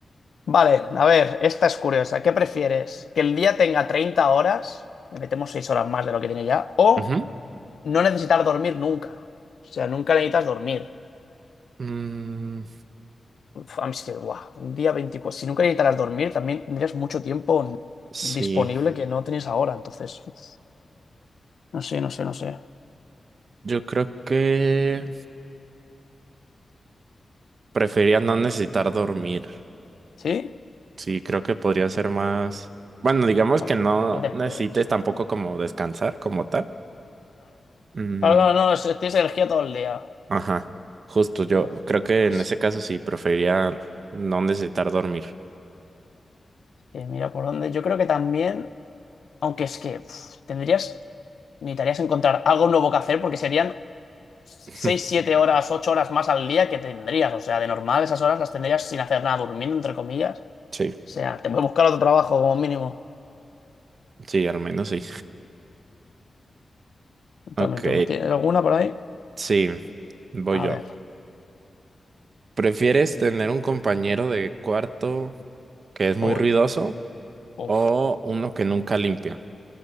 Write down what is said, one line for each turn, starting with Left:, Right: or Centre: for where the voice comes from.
Left: Vale, a ver, esta es curiosa. ¿Qué prefieres? ¿Que el día tenga 30 horas? Le metemos 6 horas más de lo que tiene ya. ¿O
Right: Ujú.
Left: no necesitar dormir nunca? O sea, nunca necesitas dormir.
Right: Mm,
Left: Uf, a mí es que, guau, un día veinticuatro Si nunca necesitaras dormir, también tendrías mucho tiempo
Right: sí,
Left: disponible que no tienes ahora. Entonces, uf, no sé, no sé, no sé.
Right: yo creo que prefería no necesitar dormir.
Left: ¿Sí?
Right: Sí, creo que podría ser más. Bueno, digamos
Left: Bueno,
Right: que no
Left: no te...
Right: necesites
Left: Claro.
Right: tampoco como descansar como tal. Mm,
Left: Claro, claro, no, es- tienes energía todo el día.
Right: ajá, justo yo
Left: Uf,
Right: creo que
Left: pues
Right: en ese caso sí preferiría no necesitar dormir.
Left: que mira por dónde. Yo creo que también, aunque es que uf, tendrías, necesitarías encontrar algo nuevo que hacer porque serían 6
Right: <laughs>
Left: 7 horas, 8 horas más al día que tendrías. O sea, de normal esas horas las tendrías sin hacer nada, durmiendo, entre comillas.
Right: Sí,
Left: O sea, te voy a buscar otro trabajo como mínimo.
Right: sí, al menos sí. Ok,
Left: También tengo. ¿Tienes alguna por ahí?
Right: sí, voy
Left: A
Right: yo.
Left: ver.
Right: ¿Prefieres tener un compañero de cuarto que es muy
Left: Uy.
Right: ruidoso
Left: Uf.
Right: o uno que nunca limpia?